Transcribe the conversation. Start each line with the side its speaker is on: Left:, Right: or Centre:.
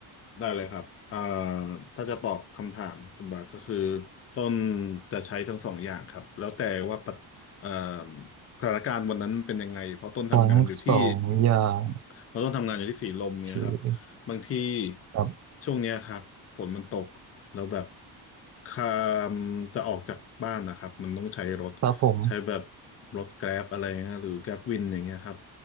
Left: ได้เลยครับอ่าถ้าจะตอบคำถามคุณบาทก็คือต้นจะใช้ทั้งสองอย่างครับแล้วแต่ว่าปัจเอ่อสถานการณ์วันนั้นเป็นยังไงเพราะต้นทำงานอยู่ที่
Right: ทั้งสองอย่าง
Left: เราต้องทำงานอยู่ที่สีลมเนี่ยครับ
Right: โอเค
Left: บางที
Right: ครับ
Left: ช่วงเนี้ยครับฝนมันตกแล้วแบบคามจะออกจากบ้านนะครับมันต้องใช้รถ
Right: ครับผม
Left: ใช้แบบรถแกร็บอะไรนะหรือแกร็บวินอย่างเงี้ยครับ